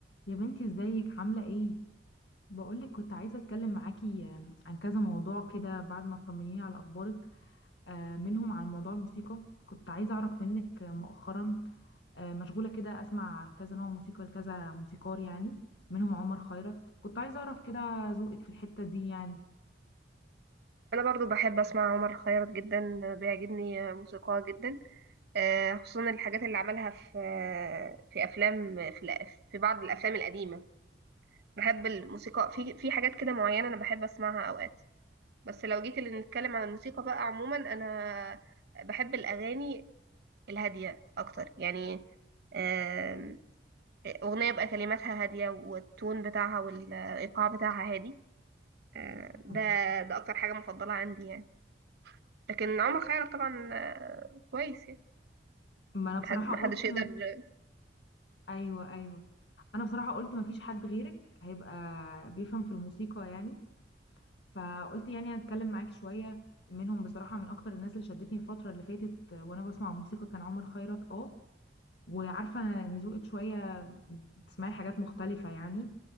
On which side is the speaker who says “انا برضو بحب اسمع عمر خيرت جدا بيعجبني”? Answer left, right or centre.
Right